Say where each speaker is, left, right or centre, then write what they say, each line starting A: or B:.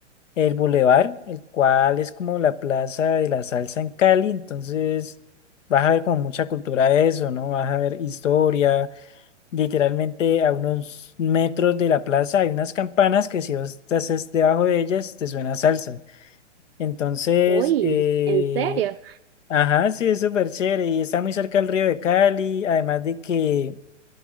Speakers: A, on the left; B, on the right.
A: el Boulevard, el cual es como la plaza de la salsa en Cali, entonces vas a ver como mucha cultura de eso, ¿no? Vas a ver historia, literalmente a unos metros de la plaza hay unas campanas que si vos estás es- debajo de ellas te suena salsa. Entonces,
B: Uy,
A: eh,
B: ¿en serio?
A: ajá, sí, es súper chévere y está muy cerca del río de Cali, además de que